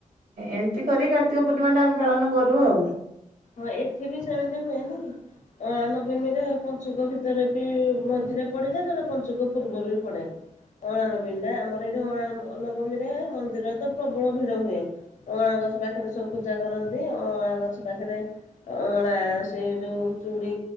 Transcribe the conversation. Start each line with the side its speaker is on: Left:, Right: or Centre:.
Right: ଏମିତି କରି କାର୍ତିକ ପୂର୍ଣ୍ଣିମା ଟା ଆମେ ପାଳନ କ ରୁ ଆଉ।
Left: ହଁ ଏଠି ବି ସେମିତି ହୁଏ ନି କି। ଅଂଳା ନବମୀରେ ପଞ୍ଚୁକ ଭିତରେ ବି ମଝିରେ ପଡିଯାଏ ନହଲେ ପଞ୍ଚୁକ ପୂର୍ବରୁ ବି ପଡେ। ଅଁଳା ନବମୀ ନା ଆମର ଏଇଠି ଅଁଳା ନବମୀରେ ମନ୍ଦିରରେ ତ ପ୍ରବଳ ଭିଡ ହୁଏ। ଅଁଣା ଗଛ ପାଖରେ ସବୁ ପୂଜା କରନ୍ତି ଅଁଳା ଗଛ ପାଖରେ ଅଁଳା ସେ ଯୋଉ ଚୁଡ଼ି